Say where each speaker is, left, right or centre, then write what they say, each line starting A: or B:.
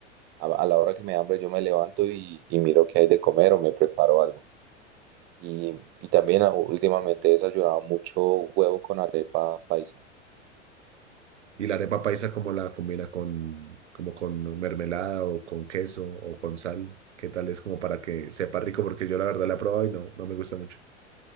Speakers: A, on the right; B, on the right.
A: A, a la hora que me da hambre yo me levanto y, y miro qué hay de comer o me preparo algo. Y, y también ah, últimamente he desayunado mucho huevo con arepa paisa.
B: Y la arepa paisa, ¿cómo la combina con, como con mermelada o con queso o con sal? ¿Qué tal es como para que sepa rico? Porque yo la verdad la he probado y no, no me gusta mucho.